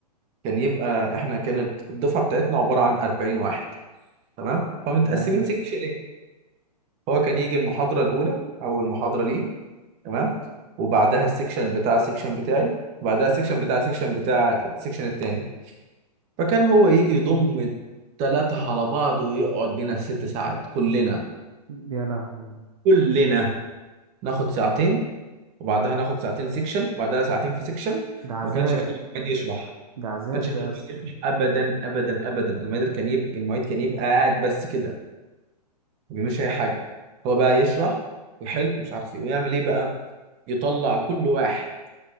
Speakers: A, on the right (about 30°); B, on the right (about 55°).
A: كان يبقى احنا كانت الدفعه بتاعتنا عباره عن 40 واحد تمام فمتقسمين
B: تمام
A: سيكشنين هو كان يجي المحاضره الاولى اول محاضره ليه تمام وبعدها السيكشن بتاع السيكشن بتاعي وبعدها السيكشن بتاع السيكشن بتاع السيكشن التاني فكان هو يجي يضم التلاتة على بعض ويقعد بينا ست ساعات كلنا
B: يا لهوي
A: كلنا ناخد ساعتين وبعدها ناخد ساعتين سيكشن وبعدها ساعتين في سيكشن
B: ده عذاب
A: وما كانش يخلي حد يشرح ما
B: ده عذاب
A: كانش يخلي
B: ده يا اسطى
A: حد يشرح ابدا ابدا ابدا المعيد كان يبقى المعيد كان يبقى قاعد بس كده ما بيعملوش اي حاجه هو بقى يشرح ويحل ومش عارف ايه ويعمل ايه بقى يطلع كل واحد